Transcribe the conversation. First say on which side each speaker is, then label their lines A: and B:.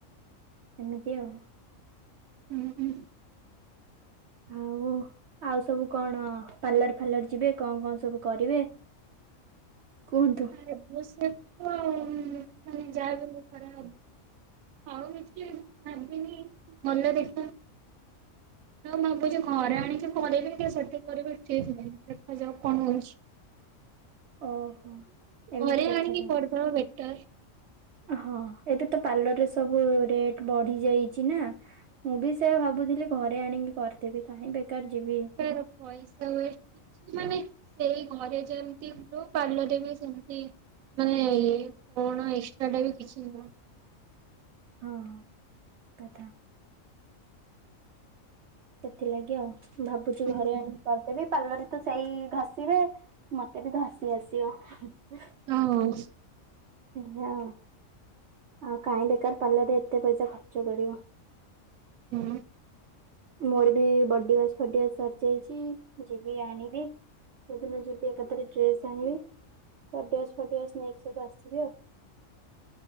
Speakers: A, on the right (about 65°); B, on the right (about 85°).
A: ଏମିତି ଆଉ।
B: ହୁଁ -ହୁଁ।
A: ଆଉ ଆଉ ସବୁ କଣ ପାର୍ଲର ଫାଲର୍ ଯିବେ କଣ କଣ ସବୁ କରିବେ? କୁହନ୍ତୁ?
B: ଏବ ସେ ତ ମାନେ ଯାବଲେ ଥରେ ହବ। ଆଉ କିଛି ଭାବିନି। ଗଲେ ଦେଖିଆ, ଭାବୁଚି ଘରେ ଆଣି ଏଠି କରିବି କି ସେଠି କରିବି ଠିକ୍ ହେଇନି, ଦେଖାଯାଉ କଣ ହଉଚି।
A: ଓହୋ। ଏମିତି
B: ଘରେ
A: କଥା
B: ଆଣିକି
A: ତାହେଲେ
B: କରିଦବା ବେଟର୍।
A: ହଁ ଏବେ ତ ପାର୍ଲରରେ ସବୁ ରେଟ୍ ବଢି ଯାଇଚି ନା। ମୁଁ ବି ସେଇଆ ଭାବୁଥିଲି ଘରେ ଆଣିକି କରିଦେବି କାହିଁ ବେକାର ଯିବି।
B: ପୁଣି ପଇସା ବେଶୀ ମାନେ ସେଇ ଘରେ ଯେମିତି ପାର୍ଲରରେ ବି ସେମିତି ମାନେ ଇଏ କଣ ଏକ୍ସଟ୍ରା ଟା ବି କିଛି ନୁହଁ।
A: ହଁ -ହଁ ଠିକ୍ କଥା। ସେଥିଲାଗି ଆଉ ଭାବୁଚି
B: ନୁହଁ।
A: ଘରେ ଆଣି କରିଦେବି, ପାର୍ଲର ତ ସେଇ ଘଷିବେ ମତେ ବି ଘଷି ଆସିବ।
B: ହଁ ହଁ
A: ହଁ ଅ ଆଉ କାହିଁ ବେକାର୍ ପାର୍ଲର ରେ ଏତେ ପଇସା ଖର୍ଚ୍ଚ କରିବ।
B: ହଁ।
A: ମୋର ବି ବଡି ୱାସ୍ ଫଡି ୱାସ୍ ସରି ଯାଇଚି ମୁଁ ଯିବି ଆଣିବି। ସେଦିନ ଯିବି ଏକାଥରେ ଡ୍ରେସ ଆଣିବି ବଡି ୱାସ୍ ଫଡି ୱାସ ନେଇକି ସବୁ ଆସିବି ଆଉ।